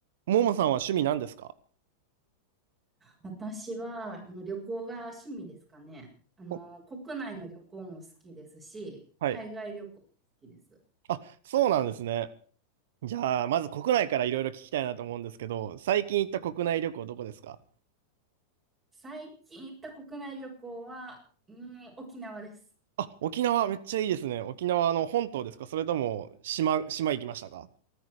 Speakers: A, on the right (about 70°); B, on the right (about 25°).
A: ももさんは趣味何ですか
B: 私は、あの、旅行が趣味ですかね。あの、
A: お
B: 国内の旅行も好きですし、
A: はい。
B: 海外旅行も好きです。
A: あ、そうなんですね。じゃあ、まず国内からいろいろ聞きたいなと思うんですけど、最近行った国内旅行どこですか
B: 最近行った国内旅行は、うん、沖縄です。
A: あ、沖縄めっちゃいいですね。沖縄の本島ですかそれとも島、島行きましたか